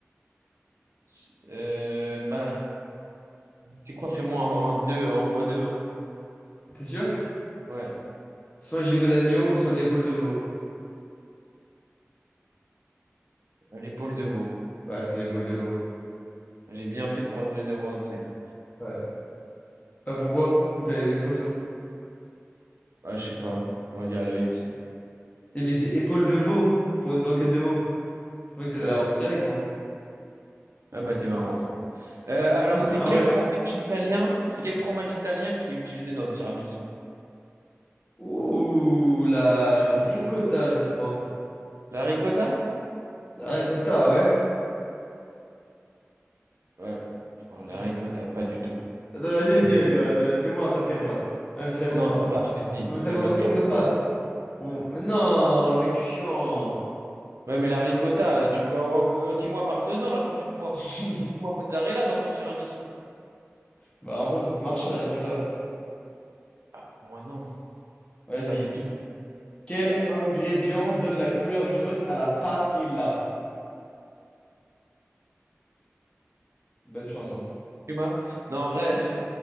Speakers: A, on the right (about 75°); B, on the left (about 25°).
A: C'est- euh, bah, c'est quoi? Fais-moi un, un 2 un fois 2.
B: T'es sûr?
A: Ouais,
B: Soit le gigot d'agneau, ou soit l'épaule de veau.
A: l'épaule de veau.
B: Ouais, c'était l'épaule de veau.
A: J'ai bien fait de prendre le 0,25.
B: Ouais. Bah pourquoi? Parce que t'allais mettre quoi sinon?
A: Bah, je sais pas. Je leur dis à l'œil aussi.
B: Eh, mais c'est épaule de veau pour une blanquette de veau. Je pensais que t'allais
A: Ouais.
B: l'avoir direct, moi.
A: Ah bah, t'es marrant, toi. Euh, alors,
B: <laughs>
A: c'est
B: Ah
A: quel
B: ouais.
A: fromage italien? C'est quel fromage italien qui est utilisé dans le tiramisu?
B: Ouh, la ricotta, je crois.
A: La ricotta?
B: La ricotta, ouais.
A: Ouais, fran-
B: C'est-
A: la ricotta, pas du tout.
B: Attends, vas-y,
A: C'est
B: vas-y,
A: le mas-
B: attends, attends, fais-moi un top 4 alors. Même si ça compte
A: Non,
B: pas.
A: trop tard, je te le dis.
B: Non, mais
A: C'est
B: ça compte.
A: le mascarpone.
B: Ok, ça compte pas. On- Mais non, le mec chiant.
A: Ouais, mais la ricotta, euh, tu me- en- en- euh, dis-moi parmesan la prochaine fois.
B: <laughs>
A: Dis-moi mozzarella dans ton tiramisu.
B: Bah, en vrai, ça peut marcher la ricotta.
A: Ah, pour moi, non.
B: Vas-y.
A: Pas du tout.
B: Quel ingrédient donne la couleur jaune à la paella? Bonne chance, hein.
A: Tu m'as... Non, en vrai,